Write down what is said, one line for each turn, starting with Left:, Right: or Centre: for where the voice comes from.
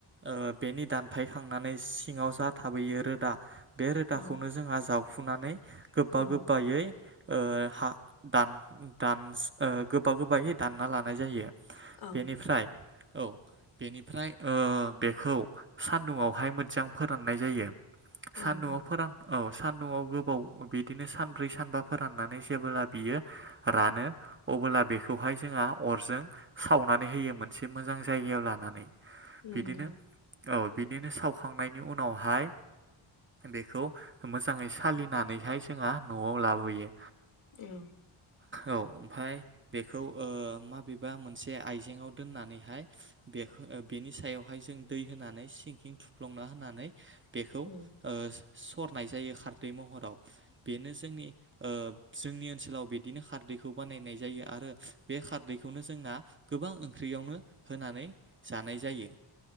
Right: ओ बेनि दानफायखांनानै सिङाव जा थाबोयो रोदा बे रोदाखौनो
Left: औ
Right: जोंआ जाव फुनानै गोबा
Left: औ
Right: गोबायै ओ हा दान दान गोबा गोबायै दानना लानाय जायो
Left: औ
Right: बेनिफ्राय औ बेनिफ्राय ओ बेखौ सान्दुंवहाय मोजां फोराननाय जायो सान्दुंआव
Left: नंगौ
Right: फोरान औ सान- दुंआव गोबाव बिदिनो सानब्रै सानबा फोराननानै जेबोला बियो रानो अबोला बेखौहाय जोंहा अरजों सावनानै होयो मोनसे मोजां जायगायाव लानानै
Left: नोंगौ
Right: बिदिनो औ बिदिनो सावखांनायनि उनावहाय बेखौ मोजाङै सालिनानैहाय जोंहा न'आव लाबोयो
Left: औ
Right: औ ओमफाय बेखौ माबेबा मोनसे आइजेंआव दोननानैहाय बेखौ बेनि सायावहाय जों दै होनानै सिं सिं थ फ्लंना होनानै बेखौ
Left: औ
Right: सरनाय जायो खारदै महराव बेनो जोंनि ओ जोंनि ओनसोलाव बिदिनो खारदै बिखौ बानायनाय जायो आरो बे खारदैखौनो जोंना गोबां ओंख्रियावनो होनानै जानाय जायो